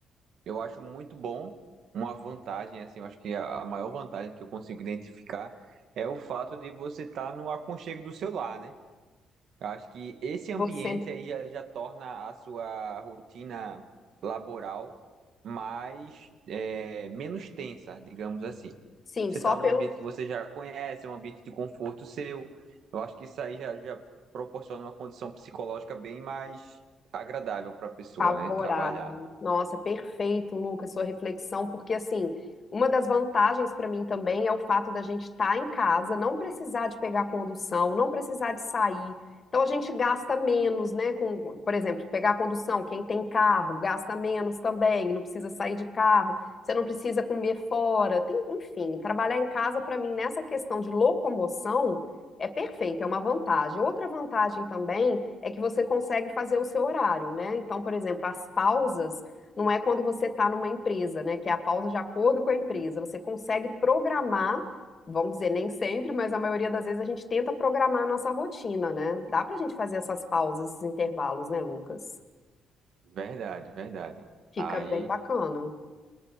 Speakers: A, on the right; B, on the left.
A: eu acho muito bom uma vantagem, assim, eu acho que a, a maior vantagem que eu consigo identificar é o fato de você estar no aconchego do seu lar, né? Eu acho que esse
B: Você,
A: ambiente aí já, já torna a sua rotina laboral mais, é, menos tensa, digamos assim.
B: sim,
A: Você
B: só
A: está
B: pelo
A: num ambiente que você já conhece, é um ambiente de conforto seu. Eu acho que isso aí já, já proporciona uma condição psicológica bem mais agradável para a pessoa,
B: Favorável.
A: né? Trabalhar.
B: Nossa, perfeito, Lucas, sua reflexão, porque assim, uma das vantagens para mim também é o fato da gente estar em casa, não precisar de pegar condução, não precisar de sair. Então a gente gasta menos, né? Com, por exemplo, pegar condução, quem tem carro gasta menos também, não precisa sair de carro, você não precisa comer fora. Tem- enfim, trabalhar em casa para mim nessa questão de locomoção é perfeito, é uma vantagem. Outra vantagem também é que você consegue fazer o seu horário, né? Então, por exemplo, as pausas não é quando você está numa empresa, né? Que é a pausa de acordo com a empresa. Você consegue programar, vamos dizer, nem sempre, mas a maioria das vezes a gente tenta programar a nossa rotina, né? Dá pra gente fazer essas pausas, esses intervalos, né, Lucas?
A: Verdade, verdade.
B: Fica
A: Aí,
B: Ah, bem bacana.